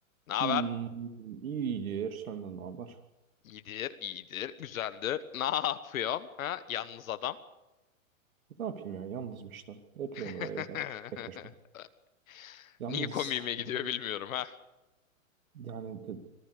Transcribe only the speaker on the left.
Ne haber?
İyidir, iyidir, güzeldir. Ne yapıyorsun? Ha? Yalnız adam.
<laughs>
Niye komiğime gidiyor
bilmiyorum ha.